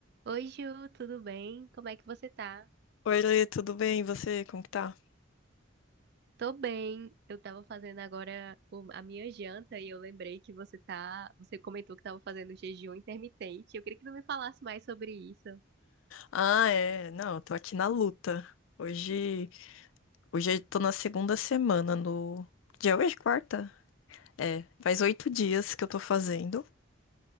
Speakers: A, on the right; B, on the left.
A: Oi, Ju, tudo bem? Como é que você tá?
B: Oi, Lê, tudo bem? E você, como que tá?
A: Tô bem. Eu tava fazendo agora o- a minha janta e eu lembrei que você tá, você comentou que tava fazendo jejum intermitente. Eu queria que tu me falasse mais sobre isso.
B: Ah, é, não, eu tô aqui na luta. Hoje, hoje eu tô na segunda semana no... Dia hoje, quarta? É, faz oito dias que eu tô fazendo.